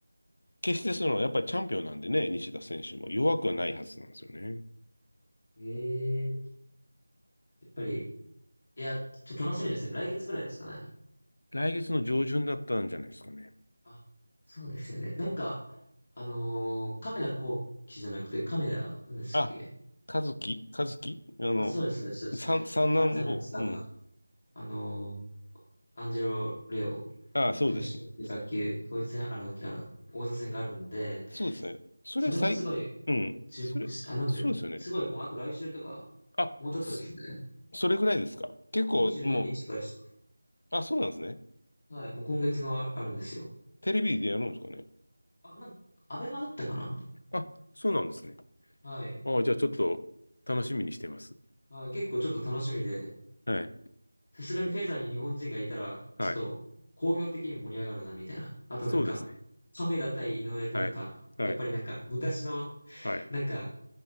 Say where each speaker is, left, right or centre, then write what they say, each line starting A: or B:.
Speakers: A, on the left; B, on the left.
A: 決してその、やっぱりチャンピオンなんでね、西田選手も弱くはないはずなんですよね。
B: ええーやっぱり、いや、ちょっと楽しみですね。来月ぐらいですかね。
A: 来月の上旬だったんじゃないですかね。
B: あ、そうですよね。なんか、あのー亀田光輝じゃなくて、亀田、何でしたっけ
A: あ、和樹和樹あの、
B: あ、そうです、そうです、そうです。
A: 三、三男坊。
B: あるじゃないですか。
A: うん。
B: あのーアンジェロ・レオ
A: ああ、そうですね。
B: 選手と野球、統一戦、あの、じゃあ、王座戦があるんで、
A: そうですね。それ最、
B: それもすごい
A: うん。
B: 注目し、
A: それ、
B: あ、なんでもう、
A: そうですよね。
B: すごいもう、あと来週とか、
A: あ、
B: もうちょっとですね。
A: そそれぐらいですか。結構、
B: 二十何日とかです。
A: もう、あ、そうなんですね。
B: はい、もう今月のああるんですよ。
A: テレビでやるんですかね。
B: あ、なんか、アベマだったかな
A: あ、そうなんですね。
B: はい。
A: あ、じゃあちょっと楽しみにしてます。
B: はい、結構ちょっと楽しみで、
A: はい。
B: さすがにフェザーに日本人がいたら、
A: はい。
B: ちょっと工業的に盛り上がるな、みたいな。あとなんか、
A: そうですね。
B: 亀田対井上ってなんか、
A: はい。はい。
B: やっぱりなんか、昔の、
A: はい。
B: なんか、